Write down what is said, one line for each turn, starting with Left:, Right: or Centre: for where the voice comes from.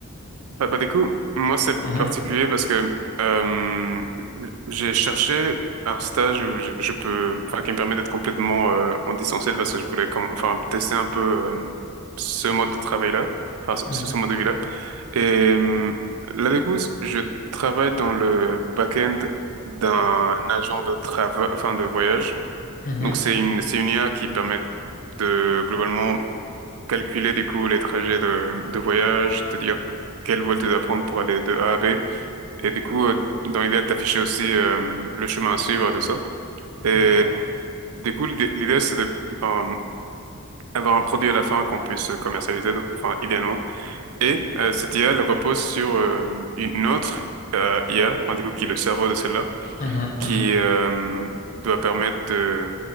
Right: bah, bah, du coup, moi c'est
Left: Mhm,
Right: particulier parce que euh, j'ai cherché un stage où je, je peux, enfin, qui me permet d'être complètement euh, en distanciel parce que je voulais, comme, enfin, tester un peu euh, ce mode de travail-là, enfin,
Left: mhm,
Right: ce, ce mode de vie-là. Et euh, là, du coup, je travaille dans le back-end d'un agent de travail, enfin, de voyage.
Left: mhm.
Right: Donc, c'est une, c'est une IA qui permet de globalement calculer du coup les trajets de, de voyage, te dire quel vol tu dois prendre pour aller de A à B. Et du coup, euh, dans l'idéal, t'afficher aussi euh, le chemin à suivre et tout ça. Et
Left: D'accord.
Right: du coup, l'idée, l'idée, c'est de euh, avoir un produit à la fin qu'on puisse commercialiser, enfin idéalement. Et euh, cette IA, elle repose sur euh, une autre euh, IA, enfin, du coup, qui est le cerveau de celle-là
Left: Mhm,
Right: qui
Left: mhm.
Right: euh, doit permettre de,